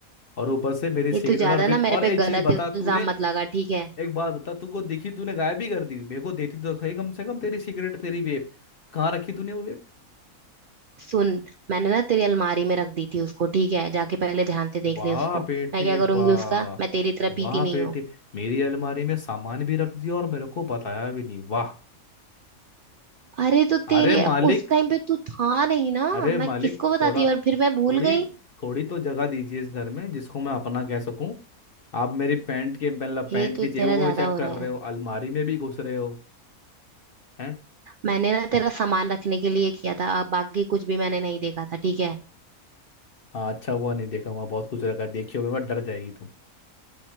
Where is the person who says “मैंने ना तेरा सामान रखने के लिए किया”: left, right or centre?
Right